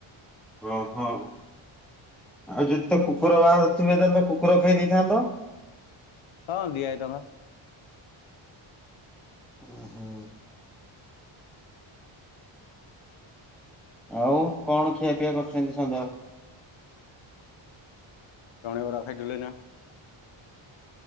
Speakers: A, in the centre; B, on the left.
A: ପ୍ରହ ଆଉ ଯେତେ କୁକୁର ବାହାରୁଥିବେ ତ କୁକୁର ଖାଇ ଦେଇଥାନ୍ତ।
B: ହଁ ଦିଆହେଇଥାନ୍ତା।
A: ଉଁ ହୁଁ। ଆଉ କଣ ଖିଆପିଆ କରିଚନ୍ତି ସନ୍ଦା ବାବୁ।
B: ଜଣିଆ ବରା ଖାଇଥିଲୁ ଏଇନା।